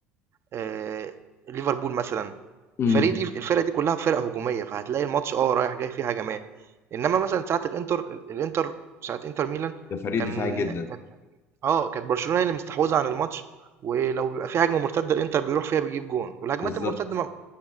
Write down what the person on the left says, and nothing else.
امم
ده فريق
دفاعي جدا
بالظبط